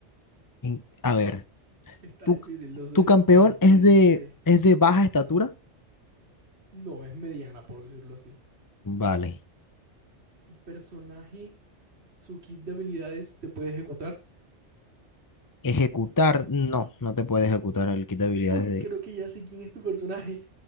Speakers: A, on the left; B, on the right.
A: En- A ver,
B: Está
A: tu,
B: difícil, lo sé,
A: tu campeón
B: pero es que
A: es de,
B: no sé.
A: es de baja estatura.
B: No es mediana, por decirlo así.
A: Vale.
B: ¿Tu personaje, su kit de habilidades te puede ejecutar?
A: Ejecutar. No, no te puede ejecutar el kit de habilidades
B: Uy,
A: de.
B: creo que ya sé quién es tu personaje.